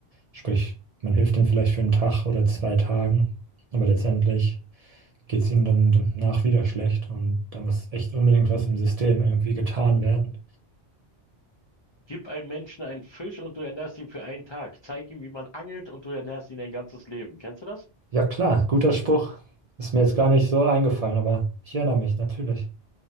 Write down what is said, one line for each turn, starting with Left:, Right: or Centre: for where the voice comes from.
Right: Sprich, man hilft denen vielleicht für einen Tag oder zwei Tagen, aber letztendlich geht es ihnen dann danach wieder schlecht und da muss echt unbedingt was im System irgendwie getan werden.
Left: Gib einem Menschen einen Fisch und du ernährst ihn für einen Tag. Zeig ihm, wie man angelt und du ernährst ihn ein ganzes Leben. Kennst du das?
Right: Ja klar, guter Spruch. Ist mir jetzt gar nicht so eingefallen, aber ich erinnere mich natürlich.